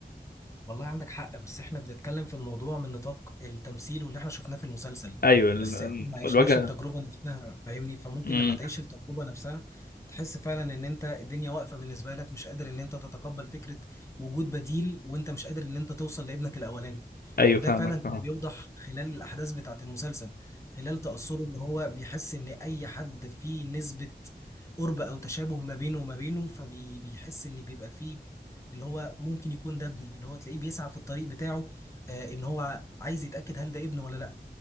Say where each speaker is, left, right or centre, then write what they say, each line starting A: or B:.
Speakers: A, on the left (about 15°); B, on the left (about 60°).
A: والله عندك حق بس احنا بنتكلم في الموضوع من نطاق التمثيل واللي احنا شفناه في المسلسل
B: ايوه ال-
A: بس احنا ما عشناش
B: الواجهه
A: التجربة نفسها فاهمني فممكن
B: امم
A: لما تعيش التجربة نفسها تحس فعلا ان انت الدنيا واقفة بالنسبة لك مش قادر ان انت تتقبل فكرة وجود بديل وانت مش قادر ان انت توصل لابنك الاولاني
B: ايوه
A: وده
B: فاهمك
A: فعلا
B: فاهم
A: كان بيوضح خلال الاحداث بتاعة المسلسل خلال تأثره ان هو بيحس ان اي حد فيه نسبة قرب او تشابه ما بينه وما بينه فبيحس ان بيبقى فيه اللي هو ممكن يكون ده ابني اللي هو تلاقيه بيسعى في الطريق بتاعه آه ان هو عايز يتأكد هل ده ابنه ولا لا